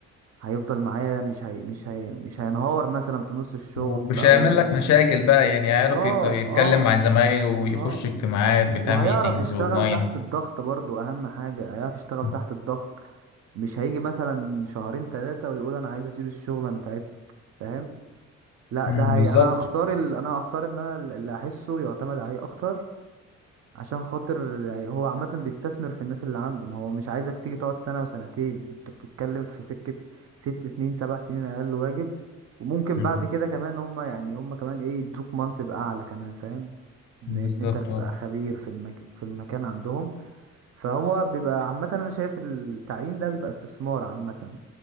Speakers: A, on the right (about 55°); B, on the left (about 70°).
A: هيفضل معايا مش هي مش هي مش هينهار مثلا في نص الشغل
B: ومش
A: او
B: هيعمل لك مشاكل بقى يعني هيعرف
A: اه
B: يت- يتكلم
A: اه
B: مع زمايله ويخش
A: اه
B: اجتماعات بتاع
A: وهيعرف
B: ميتينجز
A: يشتغل
B: اونلاين
A: تحت الضغط برضو اهم حاجة هيعرف يشتغل
B: مم.
A: تحت الضغط مش هيجي مثلا شهرين ثلاثة ويقول انا عايز اسيب الشغل انا تعبت فاهم لا
B: مم.
A: ده هي
B: بالظبط
A: انا هختار ال... انا هختار ان انا اللي احسه يعتمد عليه اكتر عشان خاطر يعني هو عامة بيستثمر في الناس اللي عنده ما هو مش عايزك تيجي تقعد سنة وسنتين انت بتتكلم في سكة ست سنين سبع سنين اقل واجب وممكن
B: مم.
A: بعد كده كمان هم يعني هم كمان ايه يدوك منصب اعلى كمان فاهم بما
B: بالظبط
A: ان انت هتبقى
B: اه
A: خبير في المج... في المكان عندهم فهو بيبقى عامة انا شايف التعيين ده بيبقى استثمار عامة